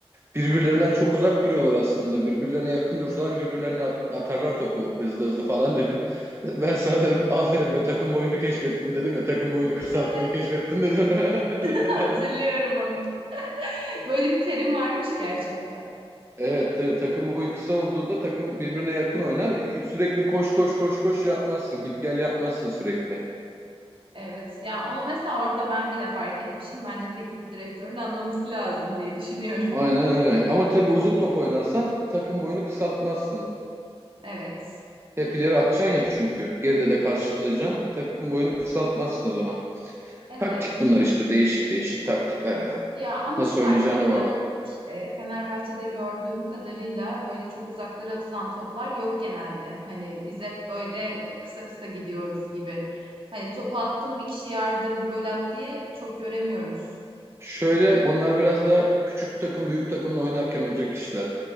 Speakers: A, on the right; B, on the right.
A: Birbirlerinden çok uzak duruyorlar aslında. Birbirlerine yakın dursalar birbirlerine at- atarlar topu hızlı hızlı falan dedin. <laughs> Ben sana dönüp aferin be takım boyunu keşfettin dedim ya. Takım boyunu kısaltmayı
B: Evet,
A: keşfettin dedim. <laughs>
B: <laughs> hatırlıyorum onu. Böyle bir terim varmış gerçekten.
A: Evet tabii takım boyu kısa olduğunda takım birbirine yakın oynar. Sürekli koş koş koş koş yapmazsın. Git gel yapmazsın sürekli.
B: Evet, yani onu mesela orada ben bile fark etmişim. Bence teknik direktörün anlaması lazım diye düşünüyorum.
A: Aynen öyle. Ama tabii uzun top oynarsan takım boyunu kısaltmazsın.
B: <laughs> Evet,
A: Hep ileri atacaksın ya çünkü. Geride de karşılayacaksın. Takım boyunu kısaltmazsın o zaman.
B: evet.
A: Taktik bunlar işte değişik değişik taktikler yani.
B: Ya ama
A: Nasıl
B: şu
A: oynayacağına
B: var Fener
A: bağlı.
B: e, Fenerbahçe'de gördüğüm kadarıyla böyle çok uzaklara atılan toplar yok genelde. Hani biz hep böyle e, kısa kısa gidiyoruz gibi. Hani topu attım bir kişi yardırdı gol attı diye çok göremiyoruz.
A: Şöyle onlar biraz da küçük takım büyük takımla oynarken olacak işler.